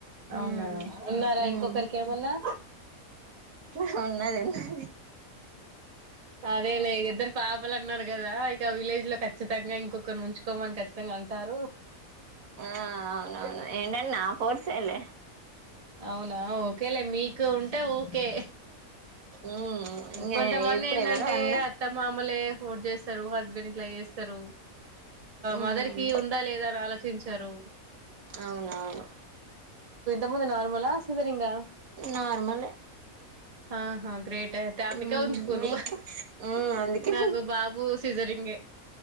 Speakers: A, on the right; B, on the right.
A: అవునా
B: మ్మ్
A: ఉన్నారా ఇంకొకరికి ఏమన్నా
B: ఉన్నారు ఉ
A: అదే లే ఇద్దరు ఫ్యాబ్ అ అన్నారు కదా ఇక విలేజ్ లో ఖచ్చితంగా ఇంకొకరు ఉంచుకోమని ఖచ్చితంగా అంటారు
B: ఆ అవునవును ఏంటన్న పోర్స అలేే
A: అవునా ఓకేలే మీకు ఉంటే ఓకే
B: మ్మ్ ఇంగ
A: కొంతమంది
B: ఇప్పుడు
A: ఏంటంటే
B: ఎవరు అన్న
A: అత్తమామలే సపోర్ట్ చేస్తారు హస్బెండ్ ఇట్లా చేస్తారు
B: మ్మ్
A: మదర్ కి ఉందా లేదా అని ఆలోచించారు
B: అవున అవును
A: కొ నార్మలా సీజరింగా
B: నార్మలే
A: ఆహా గ్రేట్ అయితే అందుక
B: మ్మ్
A: ఉంజుకూరు
B: మీకు మ్మ్ అందుకే
A: నాకు బాబు సిజరింగ్ే